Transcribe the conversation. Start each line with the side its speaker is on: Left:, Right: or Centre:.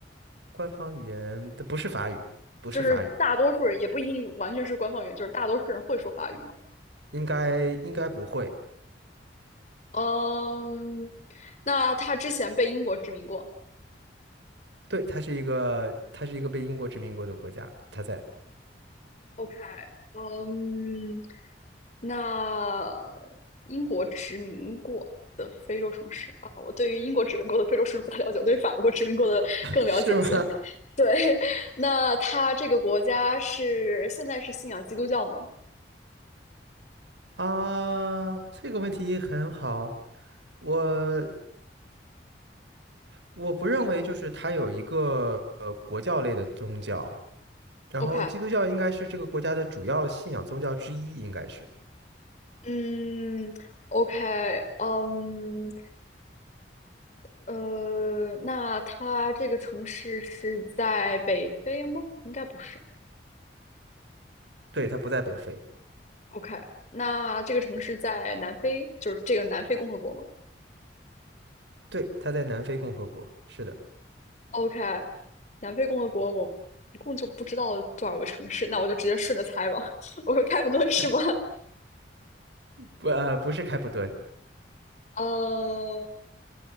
Right: 官方语言它不是法语，不是法语，
Left: 就是大多数人也不一定完全是官方语言，就是大多数人会说法语吗？
Right: 应该应该不会，
Left: 嗯，那它之前被英国殖民过。
Right: 对，它是一个它是一个被英国殖民过的国家，它在
Left: OK，嗯，那英国殖民过的非洲城市啊，我对于英国殖民过的非洲城市不太了解，我对法国殖民过的更了解一些。
Right: <laughs>，是吗？
Left: <laughs> 对，那它这个国家是现在是信仰基督教吗
Right: 啊，这个问题很好，我我不认为就是它有一个呃国教类的宗教，然后基督教应该是这个国家的主要信仰宗教之一，
Left: ？OK，
Right: 应该是，
Left: 嗯，OK，嗯，呃，那它这个城市是在北非吗？应该不是。
Right: 对，它不在北非。
Left: OK，那这个城市在南非，就是这个南非共和国吗
Right: 对，他在南非共和国，是的，
Left: ？OK，南非共和国我一共就不知道多少个城市，那我就直接顺着猜吧。<laughs> 我说开普敦是吗？
Right: 开不呃不是开普敦，
Left: <laughs> 呃。